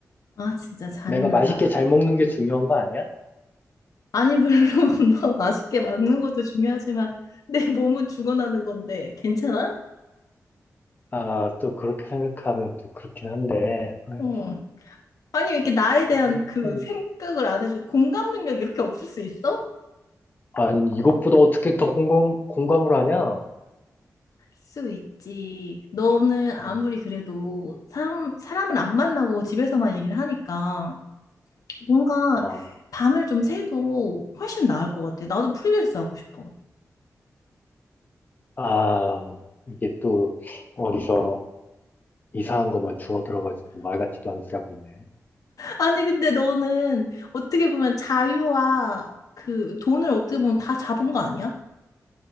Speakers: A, on the left; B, on the left.
A: 아, 진짜 잔인하다.
B: 내가 맛있게 잘 먹는 게 중요한 거 아니야?
A: 아니, 물론 <laughs> 너 맛있게 먹는 것도 중요하지만 내 몸은 죽어나는 건데 괜찮아?
B: 아, 또 그렇게 생각하면 또 그렇긴 한데, 아,
A: 어. 아니, 왜 이렇게 나에 대한
B: 이게
A: 그
B: 참,
A: 생각을 안 해줘. 공감 능력 이렇게 없을 수 있어?
B: 아니, 이것보다 어떻게 더 공감, 공감을 하냐?
A: 수 있지. 너는 아무리
B: 음,
A: 그래도 사람, 사람을 안 만나고 집에서만 일을 하니까 뭔가
B: 어,
A: 밤을 좀 새도 훨씬 나을 것 같아. 나도 프리랜서 하고 싶어.
B: 아, 이게 또 어디서 이상한 것만 주워 들어가지고 말 같지도 않은 소리 하고 있네.
A: 아니, 근데 너는 어떻게 보면 자유와 그 돈을 어떻게 보면 다 잡은 거 아니야?